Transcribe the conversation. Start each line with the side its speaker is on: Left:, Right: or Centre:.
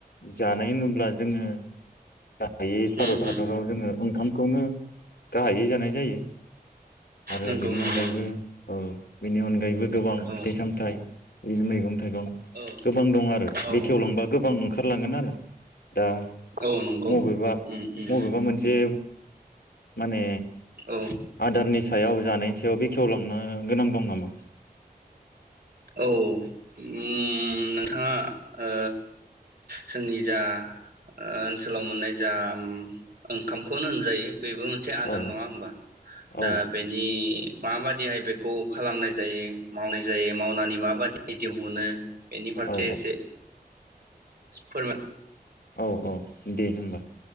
Left: जानाय नुब्ला जोङो दायै
Right: होम
Left: भारत
Right: होम
Left: हादराव जोङो ओंखामखौनो गाहायै जानाय जायो।
Right: नंगौ
Left: बेनि
Right: नंगौ
Left: अनगायैबो ओ बेनि अनगायैबो गोबां
Right: औ
Left: फिथाइ सामथाइ बि मैगं थाइगं
Right: औ
Left: गोबां दं आरो
Right: औ
Left: बेखेवलांबा गोबां ओंखार ओखारलांगोन आरो। दा
Right: औ नंगौ
Left: बबेबा-बबेबा
Right: उम उम
Left: मोनसे माने
Right: औ
Left: आदारनि सा सायाव जानाय सायाव बेखेवलांनो गोनां दं नामा?
Right: औ ओम नोंथांङा ओ जोंनि जा ओनसोलाव मोननाय जा ओंखामखौनो होनजायो। बेबो मोनसे आदार
Left: औ
Right: नङा होमबा? दा
Left: औ
Right: बेनि माबाददिहाय बेखौ खालामनाय जायो मावनाय जायो? मावनानै माबायदि दिहुनो? बेनि फारसे
Left: औ
Right: एसे फोरमा
Left: औ-औ। दे होमबा